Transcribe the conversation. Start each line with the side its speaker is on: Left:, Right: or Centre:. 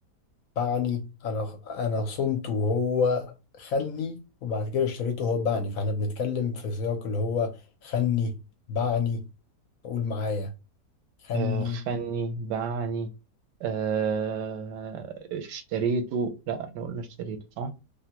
Left: باعني أنا أنا صنته وهو خلني وبعد كده اشتريته وهو باعني فإحنا بنتكلم في سياق اللي هو خلني باعني قول معايا خلني
Right: آه خني باعني آه اشتريته لا احنا قلنا اشتريته صح